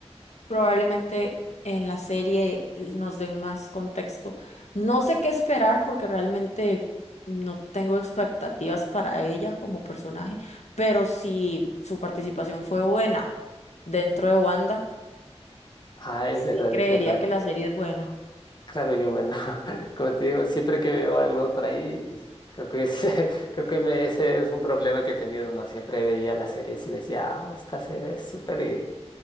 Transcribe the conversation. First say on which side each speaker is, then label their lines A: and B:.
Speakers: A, on the left; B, on the left.
A: Probablemente en la serie nos den más contexto. No sé qué esperar porque realmente no tengo expectativas para ella como personaje, pero si su participación fue buena dentro de Wanda,
B: Ah, es
A: sí
B: verdad,
A: creería
B: es verdad.
A: que la serie es buena.
B: Claro, yo, bueno, <laughs> como te digo, siempre que veo algo por ahí, creo que ese, <laughs> creo que me- ese es un problema que he tenido, ¿no? Siempre veía las series y decía, ah, esta serie es súper y,